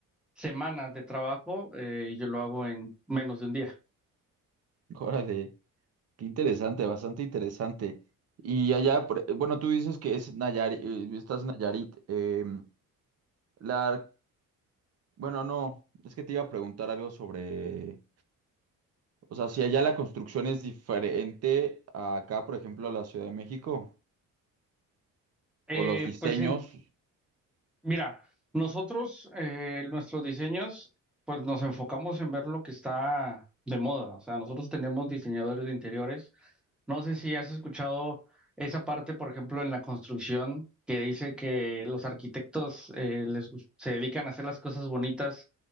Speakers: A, in the centre; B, on the right.
A: semanas de trabajo eh, y yo lo hago en menos de un día.
B: Órale. Qué interesante, bastante interesante. Y allá, por- bueno, tú dices que es Nayarit, eh, estás en Nayarit. em, la, bueno, no, es que te iba a preguntar algo sobre, o sea, si allá la construcción es diferente a acá, por ejemplo, a la Ciudad de México,
A: Eh,
B: o los diseños.
A: pues en Mira, nosotros, eh, nuestros diseños, pues nos enfocamos en ver lo que está de moda. O sea, nosotros tenemos diseñadores de interiores. No sé si has escuchado esa parte, por ejemplo, en la construcción, que dice que los arquitectos eh, les, gus- se dedican a hacer las cosas bonitas